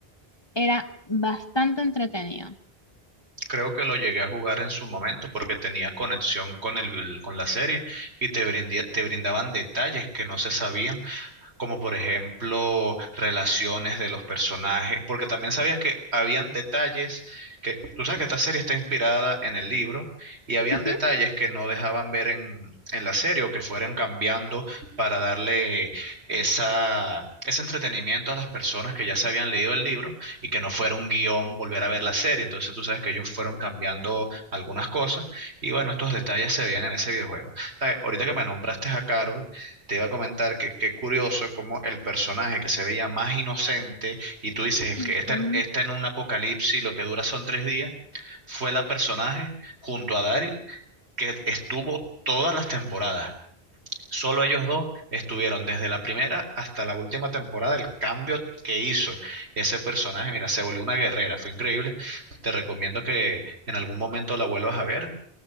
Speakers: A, on the left; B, on the right.
A: Era bastante entretenido.
B: Creo que lo llegué a jugar en su momento porque tenía conexión con el, con la serie y te brindía- te brindaban detalles que no se sabían como por ejemplo relaciones de los personajes, porque también sabías que habían detalles que, tú sabes que esta serie está inspirada en el libro y habían
A: Ujú,
B: detalles que no dejaban ver en, en la serie o que fueran cambiando para darle esa, ese entretenimiento a las personas que ya se habían leído el libro y que no fuera un guión volver a ver la serie. Entonces tú sabes que ellos fueron cambiando algunas cosas y bueno, estos detalles se veían en ese videojuego. ¿Sabes? Ahorita que me nombraste a Carol, te iba a comentar que qué curioso como el personaje que se veía más inocente y tú dices, el
A: ujú.
B: que está en, está en un apocalipsis, lo que dura son tres días, fue la personaje junto a Daryl que estuvo todas las temporadas. Solo ellos dos estuvieron desde la primera hasta la última temporada. El cambio que hizo ese personaje, mira, se volvió una guerrera, fue increíble. Te recomiendo que en algún momento la vuelvas a ver